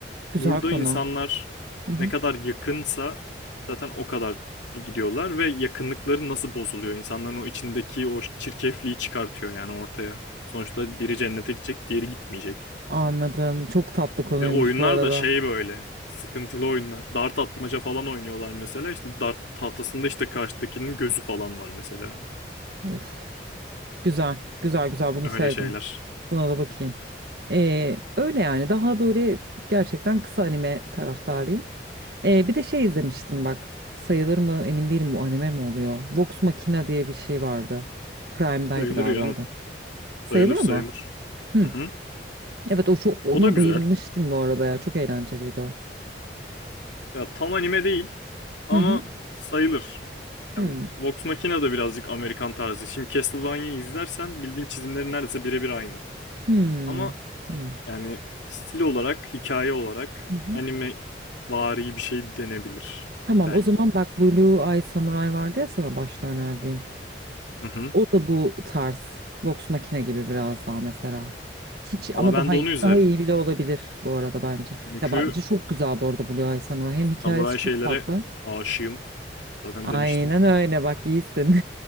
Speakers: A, on the right; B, on the left.
A: Güzel
B: Burada
A: konu.
B: insanlar
A: Hı hı.
B: ne kadar yakınsa zaten o kadar gidiyorlar ve yakınlıkları nasıl bozuluyor? İnsanların o içindeki o çirkefliği çıkartıyor yani ortaya. Sonuçta biri cennete gidecek, diğeri gitmeyecek.
A: Anladım. Çok tatlı konuymuş
B: Ve oyunlar
A: bu arada.
B: da şey böyle sıkıntılı oyunlar. Dart atmaca falan oynuyorlar mesela. İşte dart tahtasında işte karşıdakinin gözü falan var mesela.
A: Of. Güzel. Güzel güzel bunu
B: Öyle
A: sevdim.
B: şeyler.
A: Buna da bakayım. Ee, öyle yani daha böyle gerçekten kısa anime taraftarıyım. Ee, bir de şey izlemiştim bak. Sayılır mı emin değilim bu anime mi oluyor? Vox Machina diye bir şey vardı. Prime'daydı
B: Sayılır
A: galiba
B: yanım,
A: o da. Sayılıyor
B: Sayılır sayılır.
A: mu? Hı.
B: Hı hı.
A: Evet o çok ona
B: O da güzel.
A: bayılmıştım bu arada ya. Çok eğlenceliydi o.
B: Ya tam anime değil ama
A: Hı hı.
B: sayılır.
A: Hı.
B: Ya, Vox Machina da birazcık Amerikan tarzı. Şimdi Castlevania'yı izlersen bildiğin çizimleri neredeyse birebir aynı.
A: Hı.
B: Ama
A: Tamam.
B: yani stil olarak, hikaye olarak
A: Hı hı.
B: anime vari bir şey denebilir
A: Tamam
B: belki.
A: o zaman bak Blue Eye Samurai vardı ya sana başta önerdiğim.
B: Hı hı.
A: O da bu tarz. Vox Machina gibi biraz daha mesela. Hiç
B: Valla
A: ama
B: ben
A: daha
B: de onu
A: iyi.
B: üzerim.
A: Daha iyi bile olabilir bu arada bence.
B: Çünkü
A: Ya bence çok güzel bu arada Blue Eye Samurai. Hem hikayesi
B: samuray şeylere
A: çok tatlı.
B: aşığım. Zaten
A: Aynen
B: demiştim.
A: öyle bak iyisin.